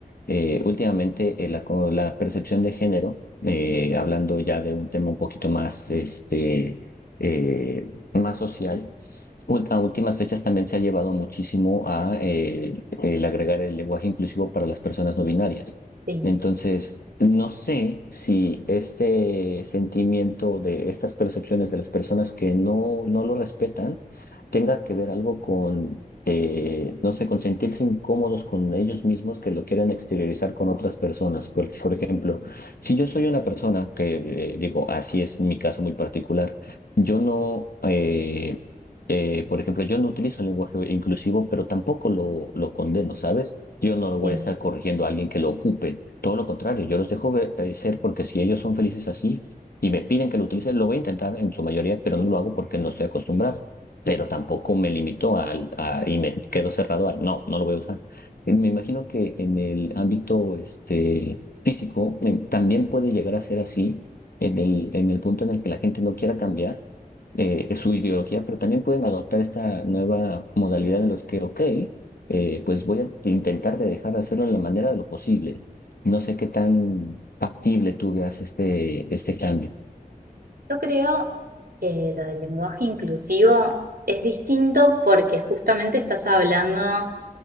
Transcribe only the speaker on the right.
Sí,
sí.
Yo creo que lo del lenguaje inclusivo es distinto porque justamente estás hablando